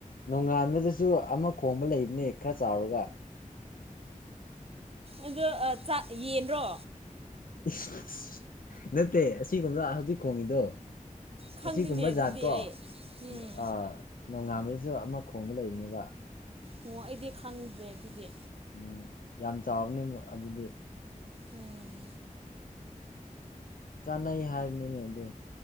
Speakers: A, on the left (about 85°); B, on the right (about 45°).
A: ꯅꯣꯡꯉꯥꯟꯕꯗꯁꯨ ꯑꯃ ꯈꯣꯡꯕ ꯂꯩꯕꯅꯦ ꯈꯔ ꯆꯥꯎꯔꯒ
B: ꯑꯗꯣ ꯆꯥꯛ ꯌꯦꯟꯔꯣ
A: ꯏꯁ ꯅꯠꯇꯦ ꯑꯁꯤꯒꯨꯝꯕꯗ ꯍꯧꯖꯤꯛ ꯈꯣꯡꯉꯤꯗꯣ
B: ꯈꯪꯗꯦꯅꯦ
A: ꯑꯁꯤꯒꯨꯝꯕ
B: ꯑꯗꯨꯗꯤ
A: ꯖꯥꯠ ꯀꯣ
B: ꯑꯩ ꯎꯝ
A: ꯑ ꯅꯣꯡꯉꯥꯟꯕꯗꯁꯨ ꯑꯃ ꯈꯣꯡꯕ ꯂꯩꯕꯅꯦꯕ
B: ꯑꯣ ꯑꯩꯗꯤ ꯈꯪꯗ꯭ꯔꯦ ꯑꯗꯨꯗꯤ
A: ꯎꯝ ꯌꯥꯝ ꯆꯥꯎꯕꯅꯤ ꯑꯗꯨꯗꯤ
B: ꯎꯝ
A: ꯆꯥꯅꯩ ꯍꯥꯏꯕꯅꯤꯅꯦ ꯑꯗꯣ